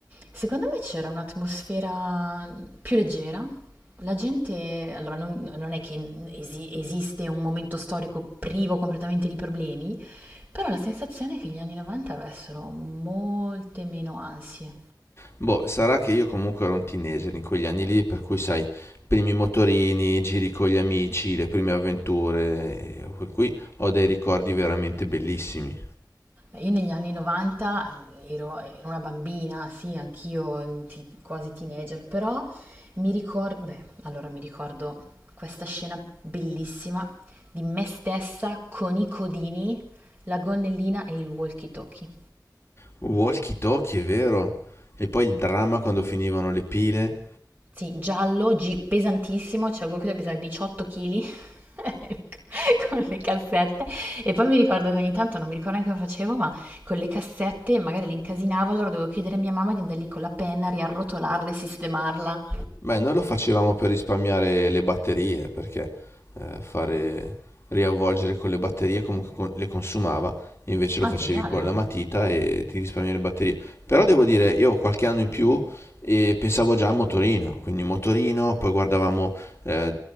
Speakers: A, on the right (about 25°); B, on the left (about 35°).
A: Secondo me c'era un'atmosfera più leggera. La gente, allora non, non è che esi- esiste un momento storico privo completamente di problemi, però la sensazione è che gli anni 90 avessero molte meno ansie.
B: Boh, sarà che io comunque ero un teenager in quegli anni lì, per cui sai, primi motorini, giri con gli amici, le prime avventure, e per cui ho dei ricordi veramente bellissimi.
A: Io negli anni 90 ero ero una bambina, sì, anch'io mm, ti quasi teenager, però mi ricor beh, allora mi ricordo questa scena bellissima di me stessa con i codini, la gonnellina e il walkie talkie.
B: Walkie talkie, è vero? E poi il dramma quando finivano le pile
A: Sì, giallo, gi- pesantissimo, cioè proprio pesava 18 kg <laughs> con le cassette. E poi mi ricordo che ogni tanto, non mi ricordo neanche come facevo, ma con le cassette magari le incasinavo, allora dovevo chiedere a mia mamma di andare lì con la penna, riarrotolarla e sistemarla.
B: Beh, noi lo facevamo per risparmiare le batterie, perché eh, fare riavvolgere con le batterie comunque con- le consumava, invece lo
A: Ah,
B: facevi
A: geniale,
B: con
A: no?
B: la matita e ti risparmiavi le batterie. Però devo dire, io qualche anno in più eh, pensavo già al motorino, quindi motorino, poi guardavamo, eh,